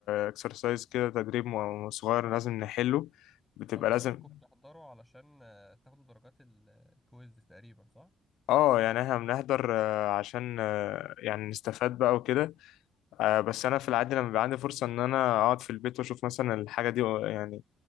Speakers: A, on the left; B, in the centre.
A: اكسرسايز كده تدريب م- صغير لازم نحله بتبقى
B: اظن
A: لازم
B: انكم بتحضروا علشان آه، تاخدوا درجات ال- الكويز تقريبا صح
A: اه يعني احنا بنحضر آه، عشان آه، يعني نستفاد بقى وكده آه بس انا في العادي لما بيبقى عندي فرصه ان انا اقعد في البيت واشوف مثلا الحاجه دي يعني